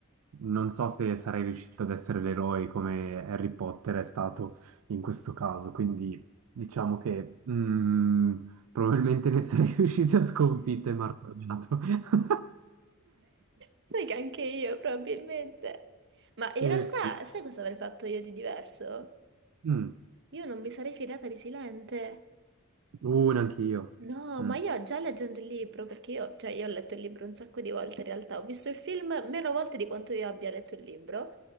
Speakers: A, on the right; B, on the right.
A: non so se sarei riuscito ad essere l'eroe come Harry Potter è stato in questo caso, quindi diciamo che mm, probabilmente ne sarei <laughs> riuscito a sconfitto e martoriato. <laughs>
B: Sai che anche io, probabilmente. Ma in
A: Eh,
B: realtà,
A: sì.
B: sai cosa avrei fatto io di diverso?
A: Mm.
B: Io non mi sarei fidata di Silente.
A: Uh, neanche io.
B: No,
A: Mm.
B: ma io già leggendo il libro, perché io, cioè, io ho letto il libro un sacco di volte in realtà, ho visto il film meno volte di quanto io abbia letto il libro,